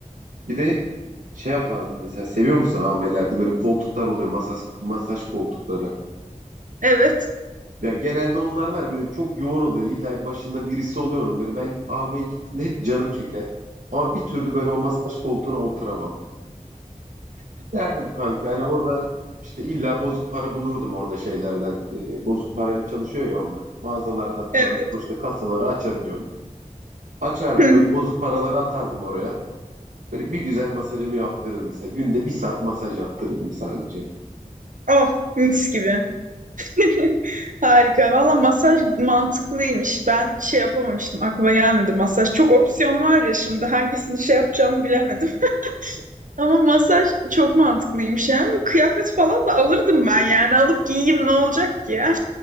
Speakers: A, on the right; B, on the right.
A: Bir de şey yapardım mesela seviyor musun amelerde böyle koltuklar oluyor masaj, masaj koltukları.
B: evet
A: Ya genelde onlar var ya, böyle çok yoğun oluyor. İlla başında birisi oluyor onun böyle ben AM'ye gittiğimde hep canım çeker. Ama bir türlü böyle o masaj koltuğuna oturamam. Derdim kanka yani orada işte illa bozuk para bulurdum orada şeylerden. Ee, bozuk parayla çalışıyor ya onlar. Mağazalardan falan
B: evet.
A: işte kasaları açabiliyorum. Açardım
B: <laughs>
A: böyle bozuk paraları atardım oraya. Böyle bir güzel masajımı yaptırırdım mesela. Günde bir saat masaj yaptırırdım sadece.
B: Oh mis gibi. <laughs> Harika. Valla masaj mantıklıymış. Ben şey yapamamıştım. Aklıma gelmedi masaj. Çok opsiyon var ya şimdi hangisini şey yapacağımı bilemedim. <laughs> Ama masaj çok mantıklıymış yani. Kıyafet falan da alırdım ben yani. Alıp giyeyim ne olacak ki ya?